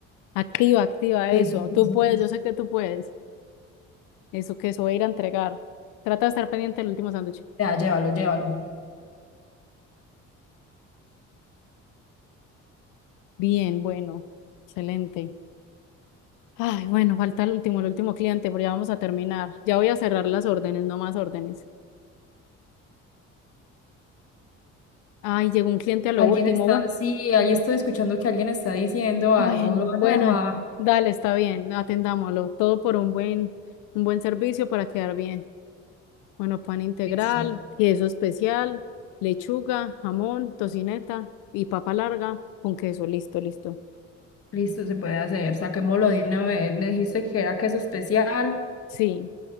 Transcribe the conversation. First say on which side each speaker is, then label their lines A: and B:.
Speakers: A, on the left; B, on the left.
A: Activa, activa
B: queso,
A: eso.
B: queso,
A: Tú puedes,
B: queso.
A: yo sé que tú puedes. Eso, queso, voy a ir a entregar. Trata de estar pendiente del último sándwich.
B: Ya, llévalo, llévalo.
A: Bien, bueno, excelente. Ay, bueno, falta el último, el último cliente, pero ya vamos a terminar. Ya voy a cerrar las órdenes, no más órdenes. Ay, llegó un cliente a lo
B: Alguien
A: último.
B: está...
A: Bueno.
B: Sí, ahí estoy escuchando que alguien está diciendo
A: Bueno,
B: algo. Lo vas
A: bueno,
B: a dejar.
A: dale, está bien, atendámoslo. Todo por un buen, un buen servicio para quedar bien. Bueno, pan integral,
B: Listo.
A: queso especial, lechuga, jamón, tocineta y papa larga con queso. Listo, listo.
B: Listo, se puede hacer. Saquémoslo de una vez. Me dijiste que era queso especial,
A: Sí,